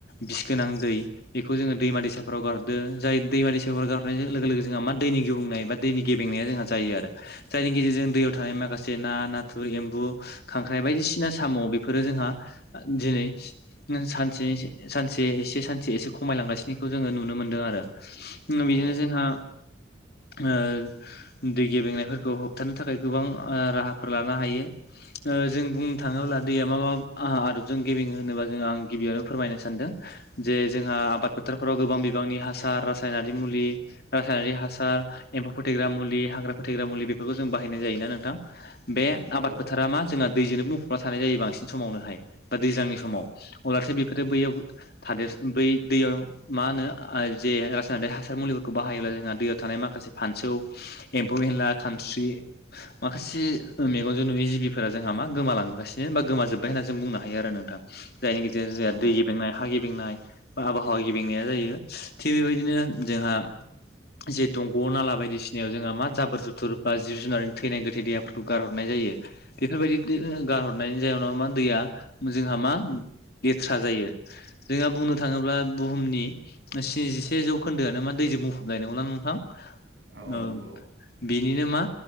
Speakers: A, on the left (about 55°); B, on the right (about 65°).
A: बिस गोनां दै बेखौ जोङो दैमा दैसाफोराव गारहरदो जाय दैमा दैसाफोराव गारनाय लोगो लोगो जोंहा मा दैनि गुबुंनाय बा दैनि गेबेंनाया जोंहा जायो आरो जायनि गेजेरजों दैयाव थानाय माखासे ना, नाथुर, एम्बु खांख्राइ बायदिसिना साम' बेफोरो जोंहा दिनै सानसे सानसे एसे सान से एसे खमायलांगासिनोखौ जोङो नुनो मोनदों आरो बिदिनो
B: औ
A: जोंहा ओ दै गेबेंनायफोरखौ होबथानो थाखाय गोबां राहाफोर लानो हायो। ओ जों बुंनो थाङोब्ला दैया मा मा आ-आदबजों गेबेङो होनोबा जों आं गिबियावनो फोरमायनो सानदों जे जोंहा आबाद फोथारफोराव गोबां बिबांनि हासार, रासायनारि मुलि, रासायनारि हासार एम म्फौ फोथैग्रा मुलि हाग्रा फोथैग्रा मुलि बेफोरखौ जों बाहायनाय जायो ना नोंथां। बे
B: औ
A: आबाद फोथारा
B: औ
A: मा जोंहा दैजोंनो बुंफुबना थानाय जायो बांसिन समावनोहाय। बा दैज्लांनि समाव।
B: औ
A: अब्लाथाय बेफोरो बैयाव थादेर बै दैयाव मा होनो जे रासायारिक हासार मुलिफोरखौ बाहायोब्ला जोंहा दैयाव थानाय माखा माखासे फानसौ एम्फौ एनला खानस्रि माखासे मेगनजों नुयै जिबिफोरा जों हा मा गोमालांगासिनो बा गोमा जोब्बाय होनना जों बुंनो हायो आरो नोंथां। जायनि गेजेरजों जोंहा
B: औ
A: दै
B: औ
A: गेबेंनाय हा गेबेंनाय बा आबहावा गेबेंनाया जायो थिग बेबायदिनो जोंहा जे दंग' नाला बायदिसिनायाव जोंहा मा जाबोर जुथुर बा जिब जुनारनि थैनाय गोथै देहाफोरखौ गारहरनाय जायो। बेफोरबायदि गारहरनाय जाउनाव मा दैया जोंहा मा गेथ्रा जायो। जोंहा बुंनो थाङोब्ला बुहुमनि स्निजिसे जौखोन्दोआनो मा दैजों बुंफबनाय, नंगौना नोंथां?
B: औ औ
A: <inaudible>
B: नंगौ
A: बेनिनो मा